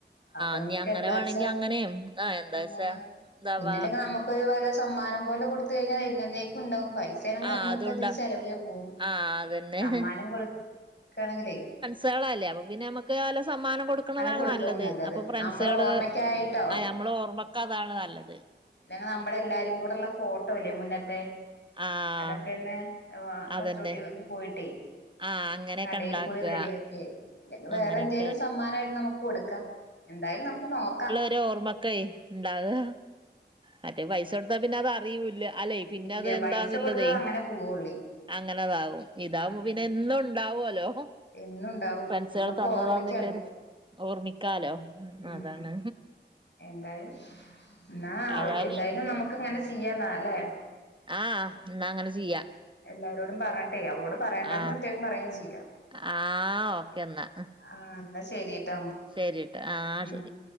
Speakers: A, on the left (about 70°); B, on the right (about 25°).
A: അപ്പൊ
B: ഇഞ്ഞി
A: നമുക്ക്
B: അങ്ങനെ
A: എന്താച്ചാ
B: വേണെങ്കി അങ്ങനെയും ആഹ് എന്താച്ചാ
A: അങ്ങനെ
B: എന്താവാ
A: പിന്നില്ലെങ്കി നമ്മുക്ക് സമ്മാനം പോലെ കൊടുത്ത് കഴിഞ്ഞാൽ എന്നന്നേക്കും ഉണ്ടാവും പൈ സയണെങ്കി
B: ആഹ്
A: അന്നത്തെ
B: അതുണ്ടാ
A: ഇതിൽ ചെലവേ പോവും
B: ആഹ് അതന്നെ
A: സമ്മാനം കൊടുക്കയാണെങ്കിലേ
B: സേള അല്ലേ അപ്പൊ പിന്നെ നമ്മക്ക് ക്ക് വല്ല സമ്മാനം കൊടുക്കുന്നതാണ്
A: കൊടുക്കാവും
B: നല്ലത് അപ്പൊ ഫ്രണ്ട്സുകള്
A: നമ്മുടെ ഓർമ്മക്കായിട്ടോ
B: നമ്മള് ഓർമ്മക്ക് അതാണ് നല്ലത്
A: അല്ലെ നമ്മടെ എല്ലാരും കൂടെയൊള്ള ഫോട്ടോ ഇല്ലേ മുന്നത്തെ
B: ആഹ്
A: അതൊക്കെയൊന്ന്
B: അതന്നെ
A: സ്റ്റുഡിയോന്ന് പോയിട്ടേ
B: ആഹ് അങ്ങനെയൊക്കെ
A: കടേൽ
B: ഉണ്ടാക്കുക
A: പോയി റെഡി ആക്കിയേ ഇല്ലെങ്കിൽ വേറെ
B: അങ്ങനെയൊക്കെ
A: എന്തേലും സമ്മാനവായിട്ട് നമുക്ക് കൊടുക്കാം എന്തായാലും നമുക്ക് നോക്കാം
B: എന്റെ ഓർമ്മക്കായി ഉണ്ടാവുക മറ്റേ പൈസ കൊടുത്താ പിന്നെ അത് അറിയൂല്ല അല്ലെ പിന്നെ
A: ഇല്ല
B: അതന്താന്നുള്ളതേ
A: പൈസ കൊടുത്തത് അങ്ങനെ പോവുള്ളേ
B: അങ്ങനെതാവും ഇതാവുമ്പൊ
A: അങ്ങനെതാ
B: പിന്നെ എന്നും ഉണ്ടാവൂല്ലോ
A: എന്നുണ്ടാവും
B: ഫ്രണ്ട്സുകള്
A: നമ്മക്ക്
B: തന്നതാണെന്നുള്ളൊരു
A: ഓർമ്മിക്കാലോ
B: ഓർമിക്കാലോ
A: ഉം
B: അതാണ്
A: എന്തായാലും എന്ന
B: ഏതായാലും
A: എന്തായാലും നമുക്ക് ഇങ്ങനെ ചെയ്യാന്നാ അല്ലേ
B: ആഹ് ന്നാ അങ്ങനെ ചെയ്യാ
A: എല്ലാരോടും പറഞ്ഞട്ടെ അവളോട് പറയണ്ടാന്ന്
B: ആഹ്
A: പ്രത്യേകം പറയും ചെയ്യാം
B: ആഹ് ഓക്കെ എന്നാ
A: ആ എന്നാ ശരിട്ടോ
B: ശരിട്ടാ ആഹ്
A: ഉം
B: ശരി